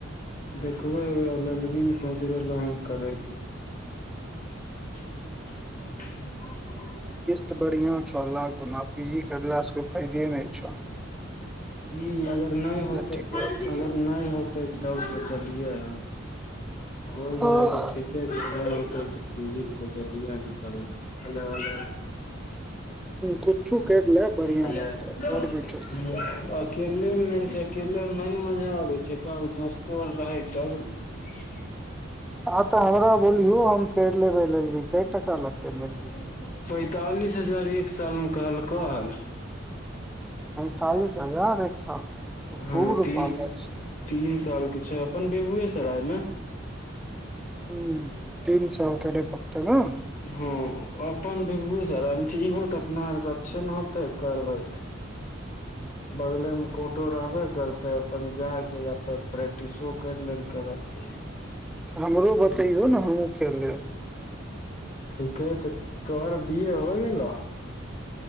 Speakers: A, on the left (about 40°); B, in the centre.
A: देखबैय लेल एल एल बी से जे लाउंच करैये। <inaudible>
B: त बढ़िया छ लाख गुना, पीजी करला से फायदे नहि छ।
A: हूँ अगर नहि होतै
B: ठीक
A: अगर
B: रहतौ
A: नहि होतै, तब सोचलियै हें। होय
B: ह
A: गेलै तऽ ठीके छै नहि होतै तऽ। पीजी मे सोचलिय हन करै के, हेलो हेलो।
B: कुछो करि ले बढ़िआँ
A: हेलो
B: रहतौ
A: हूँ
B: घर बैठल
A: अस। अकेलेमे मेन छै अकेलेमे नहि ने मजा आबै छै कहु दोस्तो आर रहै तब न। <inaudible>
B: आ तऽ हमरा बोलियो हम कैर लेबे एल एल बी, कै टका लगते अय लेल।
A: पैंतालिस हजार एक सालमे कहलकऽ हेल।
B: पैंतालिस हजार एक साल त
A: हँ
B: खूब रूपया
A: तीन
B: लै छै।
A: तीन साल के छै अपन बेगुएसराय मे।
B: हूँ तीन साल करै पड़तै न।
A: हँ अपन बेगुएसरायमे छै, इहो तऽ अपना आरके अच्छे ने होतै करबै तऽ। बगलेमे कोटो रहबे करतै अपन जायके ओहां पर प्रैक्टिसो करि लेल करब। <inaudible>
B: हमरो बतैयौ न हमहूँ कैर लेब।
A: ठीके छै तोहर बी ए होइ गेलऽ।